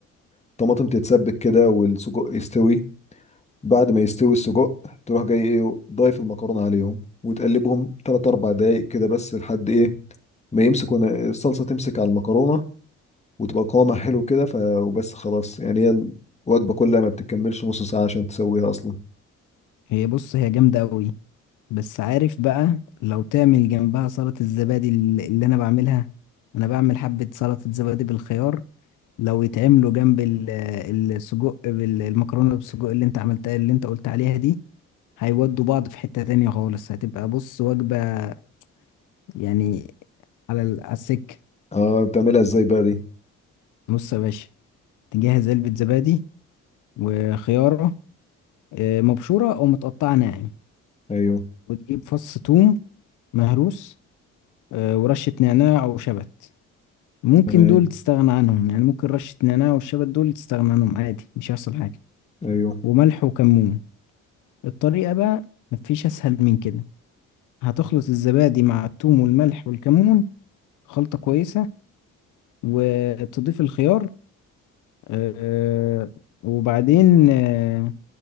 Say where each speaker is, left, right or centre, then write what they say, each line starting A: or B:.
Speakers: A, on the left; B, on the left.
A: الطماطم تتسبك كده والسجق يستوي بعد ما يستوي السجق تروح جاي ايه ضايف المكرونة عليهم وتقلبهم 3 4 دقايق كده بس لحد ايه ما يمسكوا الصلصة تمسك على المكرونة وتبقى قوامها حلو كده ف... وبس خلاص يعني هي الوجبة كلها ما بتكملش نص ساعة عشان تسويها أصلا
B: هي بص هي جامده قوي بس عارف بقى لو تعمل جنبها سلطه الزبادي الل- اللي انا بعملها انا بعمل حبه سلطه زبادي بالخيار لو يتعملوا جنب ال- السجق بالمكرونه بالسجق اللي انت عملتها اللي انت قلت عليها دي هيودوا بعض في حتة تانية خالص هتبقى بص وجبة يعني على ال- على السكة
A: اه بتعملها ازاي بقى دي
B: بص يا باشا تجهز علبة زبادي وخيارة آه، مبشورة أو متقطعة ناعم
A: ايوه
B: وتجيب فص ثوم مهروس آه، ورشة نعناع أو شبت ممكن
A: تمام
B: دول تستغنى عنهم يعني ممكن رشة نعناع والشبت دول تستغنى عنهم عادي مش هيحصل حاجة
A: ايوه
B: وملح وكمون الطريقة بقى مفيش أسهل من كده هتخلط الزبادي مع الثوم والملح والكمون خلطة كويسة وتضيف الخيار آه، وبعدين آه،